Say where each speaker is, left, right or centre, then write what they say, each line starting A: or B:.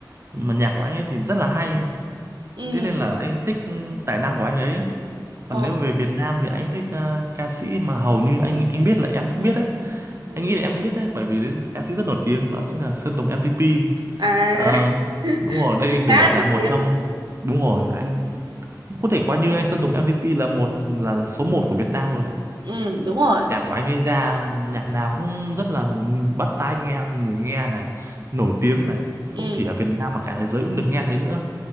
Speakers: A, on the right; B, on the right.
A: mà nhạc của anh ấy thì rất là hay
B: Ừ.
A: thế nên là anh thích ừ, tài năng của anh ấy còn
B: Ờ.
A: nếu về Việt Nam thì anh thích à, ca sĩ mà hầu như anh anh biết là em cũng biết đấy
B: Ừ.
A: anh nghĩ là em cũng biết đấy bởi vì đến ca sĩ rất nổi tiếng đó chính là Sơn Tùng M-TP
B: À,
A: Ờ, đúng rồi đây
B: <laughs>
A: được
B: ca
A: gọi
B: nổi
A: là một
B: tiếng
A: trong đúng rồi anh có thể coi như anh Sơn Tùng MTP là một là số một của Việt Nam luôn đấy
B: Ừ, đúng rồi.
A: nhạc của anh ấy ra nhạc nào cũng rất là bắt tai nghe người nghe này nổi tiếng này không
B: Ừ.
A: chỉ ở Việt Nam mà cả thế giới cũng được nghe thấy nữa